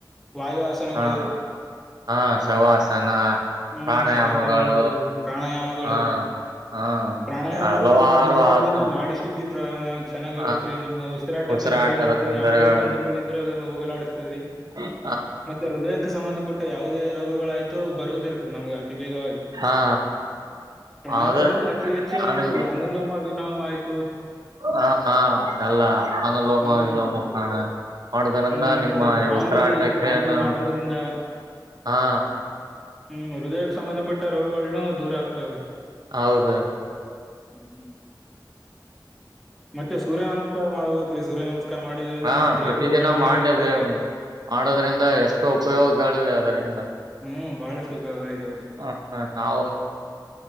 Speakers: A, in the centre; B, on the right (about 55°).
A: ವಾಯು ಆಸನಗಳು
B: ಹಾ ಹಾ ಶವಾಸನ
A: ಹ್ಮ್
B: ಪ್ರಾಣಾಯಾಮಗಳು
A: ಶವಾಸನಾಗಿರ್ಬೋದು ಪ್ರಾಣಯಾಮಗಳು.
B: ಹಾ ಹಾ
A: ಪ್ರಾಣಯಾಮ
B: ಹಲವಾರು
A: ಮಾಡ್ ಮಾಡುವುದ್ರಿಂದ
B: ಆಸನ
A: ನಾಡಿ ಶುದ್ಧಿ ಪ್ರ ಚೆನ್ನಾಗ
B: ಹ
A: ಆಗತ್ತ್ ರಿ ನೀಮ್ಮ್ ಉಸಿರಾಟ
B: ಉಸಿರಾಟದ
A: ತೊಂದರೆ ಇದ್ರೆ
B: ತೊಂದರೆಗಳು
A: ಯಾವುದೇ ತೊಂದರೆಗಳ ಇದ್ರು ಅದನ್ನ ಹೋಗಲಾಡಸತದ್ರಿ.
B: <unintelligible>
A: ಮತ್ತೆ ಹೃದಯಕ್ಕೆ ಸಂಬಂಧಪಟ್ಟ ಯಾವುದೇ ರೋಗಗಳಾಯ್ತು ಬರುವುದಿಲ್ರೀ ನಮ್ಗ ಅತಿ ವೇಗವಾಗಿ
B: ಹಾ
A: ಪ್ರಾಣಾಯಾಮದಲ್ಲಿ
B: ಅದ
A: ಅತಿ ಹೆಚ್ಚು
B: ನಾನು
A: ಇದು ಅನುಲ ಮ ವಿನಾಮ ಆಯ್ತು.
B: ಹ ಹಾ ಎಲ್ಲಾ ಅನುಲೋಮ
A: ಹ್ಮ್
B: ವಿಲೋಮ ಪ್ರಾಣಾಯಾಮ ಮಾಡುದ್ರಂದ
A: ಹ್ಮ್
B: ನಿಮ್ಮ
A: ಮತ್ತೆ ಭ್ರಾಮ್ರಿ
B: ಉಸಿರಾಟ
A: ಭ್ರಾಮ್ರಿ
B: ಕ್ರಿಯೆಯನ್ನ
A: ಮಾಡೋದ್ರಿಂದ
B: ಹಾ
A: ಹ್ಮ್ ಹೃದಯಕ್ಕ. ಸಂಬಂಧಪಟ್ಟ ರೋಗಗಳನ್ನ ದೂರಾ ಆಗ್ತವ್ರಿ.
B: ಹೌದು
A: ಹ್ಮ್ ಮತ್ತೆ ಸೂರ್ಯ ನಮಸ್ಕಾರ ಮಾಡ್ಬೇಕ್ರೀ ಸೂರ್ಯ ನಮಸ್ಕಾರ ಮಾಡೋದ್ರಿಂದ
B: ಹಾ
A: ನಮ್ ದೇಹದ
B: ಪ್ರತಿದಿನ
A: ಬೆಳವಣಿಗೆ
B: ಮಾಡ್ಲೇಬೇಕು
A: ಆಗ್ತದ್ರೀ.
B: ಮಾಡೋದ್ರಿಂದ ಎಷ್ಟು ಉಪಯೋಗಗಳಿವೆ ಅದರಿಂದ
A: ಹ್ಮ್ ಬಾಳಷ್ಟ ಉಪಯೋಗಗಳ ಇದಾವ್ರೀ.
B: ಹ ಹ ನಾವ